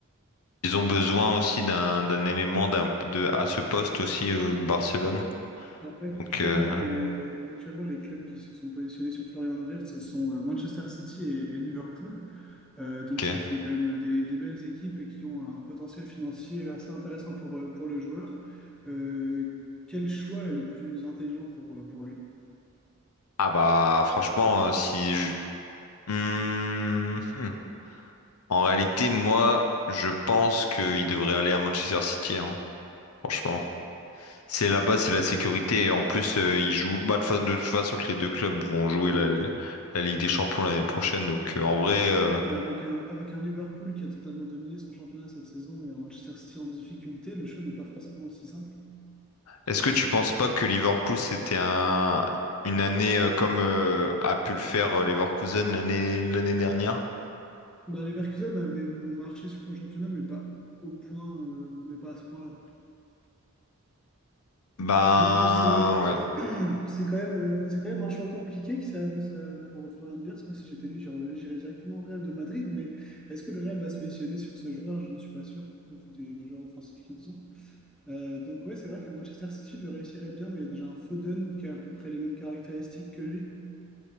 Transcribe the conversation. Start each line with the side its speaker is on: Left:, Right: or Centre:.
Left: Ils ont besoin aussi d'un d'un élément d'un, de, à ce poste aussi, euh, le Barcelone.
Centre: Alors, actuellement,
Left: Donc, euh,
Centre: les, actuellement, les clubs qui se sont positionnés sur Florian Wirtz, ce sont euh, Manchester City et, et Liverpool. Euh, donc,
Left: ok.
Centre: ça fait quand même des, des belles équipes et qui ont un potentiel financier assez intéressant pour, euh, pour le joueur. Euh, quel choix est le plus intelligent pour, euh, pour lui?
Left: Ah bah, franchement, euh, si je... Hmm, hmm. En réalité, moi, je pense qu'il devrait aller à Manchester City. hein. Franchement, c'est là-bas, c'est la sécurité. Et en plus, euh, ils jouent. Bah, de fa- de toute façon, que les deux clubs vont jouer la, la Ligue des Champions l'année prochaine. Donc, euh, en vrai, euh,
Centre: Ouais, mais avec un, avec un Liverpool qui a totalement dominé son championnat cette saison et un Manchester City en difficulté, le choix n'est pas forcément aussi simple.
Left: est-ce que tu penses pas que Liverpool c'était un une année euh, comme euh, a pu le faire euh, Leverkusen l'année l'année dernière?
Centre: Bah, Leverkusen avait marché sur son championnat, mais pas au point, euh, mais pas à ce point-là.
Left: Ben
Centre: Donc euh, c'est
Left: ouais,
Centre: <clears throat> c'est quand même euh, c'est quand même un choix compliqué qui s'annonce euh, pour Florian Wirtz. Moi, si j'étais lui, j'irais j'irais directement au Real de Madrid. Mais est-ce que le Real va se positionner sur ce joueur? Je ne suis pas sûr, au vu des, des joueurs offensifs qu'ils ont. Euh, donc ouais, c'est vrai qu'à Manchester City, lui réussirait bien, mais il y a déjà un Foden qui a à peu près les mêmes caractéristiques que lui.